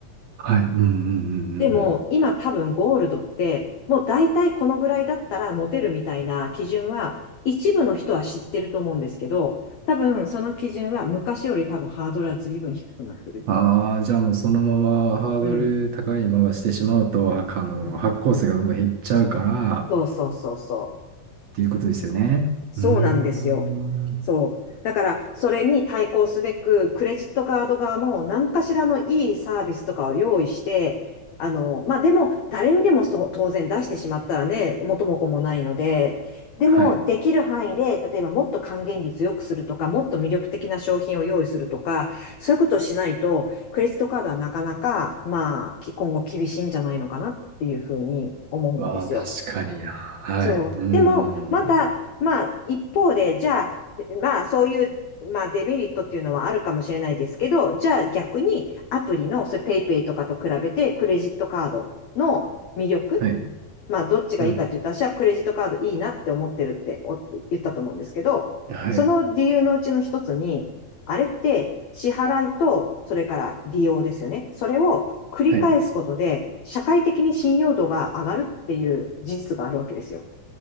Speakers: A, on the right; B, on the left.
A: はい。うんうんうんうんうん。
B: でも、今多分ゴールドって、もう大体このぐらいだったらモテるみたいな基準は、一部の人は知ってると思うんですけど、多分その基準は昔より多分ハードルは随分低くなってる。
A: ああ、じゃあもうそのままハードル高いまましてしまうと、
B: うん。
A: はあの、
B: うん
A: 発行数がどんどん減っちゃうからっ
B: そうそうそうそう。
A: ていうことですよね。
B: そうなんですよ。
A: うーん。
B: そう。だから、それに対抗すべく、クレジットカード側も何かしらのいいサービスとかを用意して、あの、まあ、でも、誰にでもそう当然出してしまったらね、元も子もないので、でも、
A: はい。
B: できる範囲で、例えばもっと還元率良くするとか、もっと魅力的な商品を用意するとか、そういうことをしないと、クレジットカードはなかなか、まあ、き今後厳しいんじゃないのかなっていうふうに思うんですよ。
A: ああ、確かにな。はい。
B: そう。
A: うんうんう
B: でも、また、
A: ん。
B: まあ、一方で、じゃあ、まあ、そういう、まあ、デメリットっていうのはあるかもしれないですけど、じゃあ逆に、アプリの、それ、ペイペイとかと比べて、クレジットカードの魅力、
A: はい。
B: まあ、どっちがいいかって言ったら、
A: うん。
B: 私はクレジットカードいいなって思ってるってお言ったと思うんですけど、
A: はい。
B: その理由のうちの一つに、あれって支払いと、それから利用ですよね。それを繰り返すことで、
A: はい。
B: 社会的に信用度が上がるっていう事実があるわけですよ。